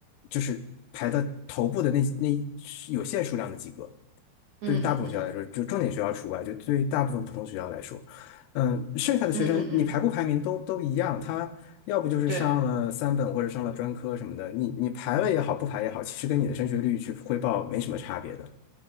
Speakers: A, on the left; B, on the right.
A: 就是排的头部的那那有限数量的几个。
B: 嗯嗯嗯
A: 对于大部分学校来说，就重点学校除外，就对于大部分普通学校来说，嗯，剩下的学生你排不排名都都一样，
B: 嗯嗯嗯，
A: 他要不就是上了三本或者上了专科什么的，
B: 对。
A: 你你排了也好，不排也好，其实跟你的升学率去汇报没什么差别的，